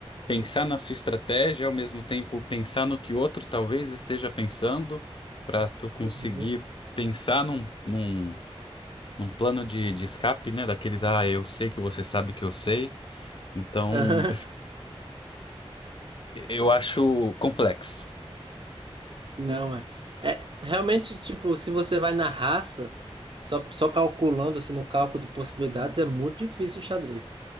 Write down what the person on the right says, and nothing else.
Uhum.
<laughs>
Não, é. É, realmente, tipo, se você vai na raça, só, só calculando, assim, no cálculo de possibilidades, é muito difícil o xadrez.